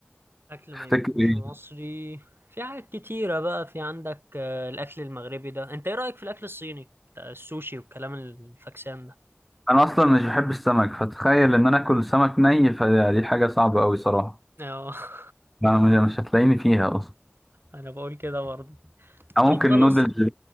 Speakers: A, on the right (about 55°); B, in the centre.
A: اكل
B: تفتكر
A: ما يكونش
B: ايه
A: مصري في حاجات كتيرة بقى في عندك آه، الاكل المغربي ده انت ايه رأيك في الاكل الصيني بتاع السوشي والكلام الفاكسان ده
B: انا اصلا مش بحب السمك فتخيل ان انا اكل سمك ني فدي حاجة صعبة قوي صراحة
A: اه <laughs>
B: ما- مش مش هتلاقيني فيها اصلا
A: انا بقول كده برضه
B: او
A: طب
B: ممكن
A: خلاص
B: نودلز